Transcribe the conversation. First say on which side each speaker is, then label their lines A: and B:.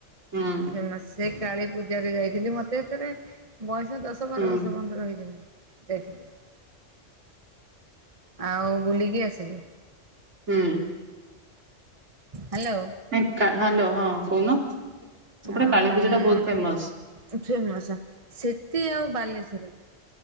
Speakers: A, on the right (about 65°); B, on the right (about 25°).
A: ହୁଁ।
B: ଫେମସ୍। ଯେ କାଳୀପୂଜାରେ ଯାଇଥିଲି। ମତେ ଏତେବେଳେ ବୟସ ଦଶ ବାର
A: ହୁଁ
B: ବର୍ଷ କନ୍ତର ହେଇଥିଲା। ଯାଇଥିଲୁ ଆଉ ବୁଲିକି ଆସିଲୁ।
A: ହୁଁ।
B: ହାଲୋ।
A: ଏ କା ହାଲୋ ହଁ କହୁନ। ସେପଟେ
B: ଆଉ
A: କାଳୀପୂଜାଟା ବୋହୁତ ଫେମସ୍।
B: ଫେମସ ସେଠି ଆଉ ବାଲେଶ୍ଵର।